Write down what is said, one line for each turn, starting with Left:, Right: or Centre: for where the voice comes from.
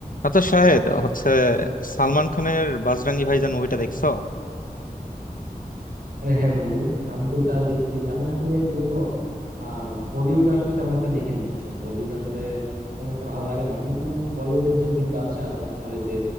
Left: আচ্ছা শাহেদ হচ্ছে সালমান খানের বাজরাঙ্গি ভাইজান মুভিটা দেখছো
Right: আরে হ্যাঁ বন্ধু আমি তো ওটা দেখছি আমি আসলে কি বলবো আহ বলিউড আসলে তেমন একটা দেখি না বুঝছো বলিউড আসলে তেমন একটা ভালো লাগে না কিন্তু বলিউডের যে দুই বাদশা আছে তোমার এই যে